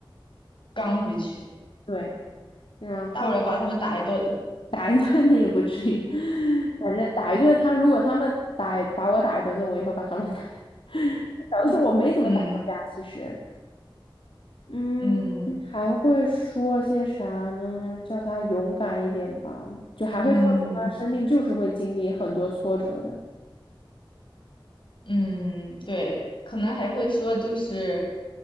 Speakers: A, on the left (about 65°); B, on the left (about 80°).
A: 刚回去，
B: 对，然后
A: 大不了把他们打一顿。
B: <laughs> 打一顿的也不至于，<laughs> 反正打一顿他，如果他们打把我打一顿，那我以后把他们打。<laughs> 小的时候我没怎么打过架，
A: 嗯
B: 其实，嗯，
A: 嗯
B: 还会说些啥呢？叫他勇敢一点吧，就还会告诉他，
A: 嗯
B: 生命就是会经历很多挫折的。
A: 嗯，对，可能还会说就是